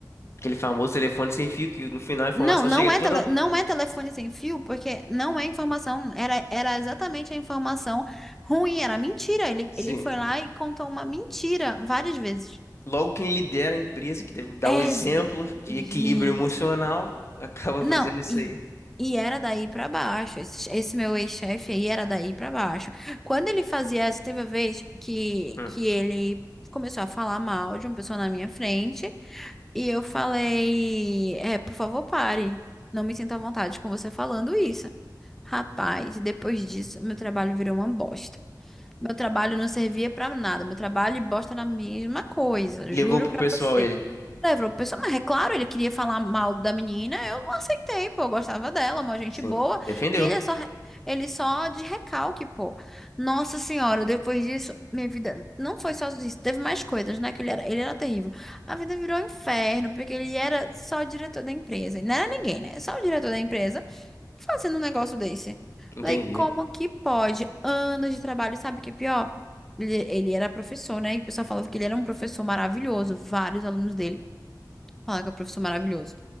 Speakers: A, on the left; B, in the centre.
A: Aquele famoso telefone sem fio que no final a informação
B: Não, não
A: chega
B: é,
A: toda.
B: tele, não é telefone sem fio, porque não é informação, era, era exatamente a informação ruim, era mentira. Ele,
A: Sim.
B: ele foi lá e contou uma mentira várias vezes.
A: Logo, quem lidera a empresa, que deve dar
B: É,
A: o exemplo de
B: gente.
A: equilíbrio emocional, acaba
B: Não,
A: fazendo isso
B: e,
A: aí.
B: e era daí pra baixo. Esse, esse meu ex-chefe aí era daí pra baixo. Quando ele fazia essa, teve uma vez que,
A: Hum.
B: que ele começou a falar mal de uma pessoa na minha frente e eu falei: é, por favor, pare. Não me sinto à vontade com você falando isso. Rapaz, depois disso, meu trabalho virou uma bosta. Meu trabalho não servia pra nada. Meu trabalho e bosta na mesma coisa,
A: Levou
B: juro
A: pro
B: pra
A: pessoal
B: você.
A: ele.
B: Levou o pessoal, mas é claro, ele queria falar mal da menina, eu não aceitei, pô, eu gostava dela, uma gente
A: Sim.
B: boa,
A: Defendeu.
B: e ele é só, re- ele só de recalque, pô. Nossa senhora, depois disso, minha vida não foi só isso, teve mais coisas, né, que ele era, ele era terrível. A vida virou um inferno, porque ele era só o diretor da empresa, e não era ninguém, né, só o diretor da empresa, fazendo um negócio desse.
A: Entendi.
B: Falei, como que pode? Anos de trabalho, sabe o que é pior? Ele, ele era professor, né? E o pessoal falava que ele era um professor maravilhoso. Vários alunos dele falavam que era um professor maravilhoso.